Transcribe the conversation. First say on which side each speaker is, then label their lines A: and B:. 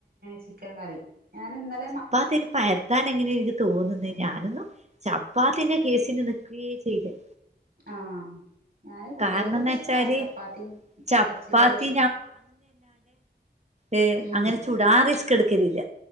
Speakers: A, on the right; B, on the right.
A: ചിക്കൻ കറി ഞാനിന്നലെ
B: ചപ്പാത്തില് പര്ത്താൻ എങ്ങനെ <unintelligible> തോന്നുന്നു
A: ഉം
B: ഞാനൊന്നും ചപ്പാത്തിന്റെ കേസിന് നിക്കുഎ ചെയ്യുല്ല
A: ആഹ് ഞാന് കുട്ടികൾക്കൊക്കെ
B: കാരണംന്ന്
A: ഇഷ്ടാണ്
B: വെച്ചാല്
A: ചപ്പാത്തിയും
B: ചപ്പാത്തി
A: ഇറച്ചിക്കറിം ഇഷ്ട.
B: ഏ
A: ഉം
B: അങ്ങനെ ചൂടാ റിസ്ക് എടുക്കലില്ല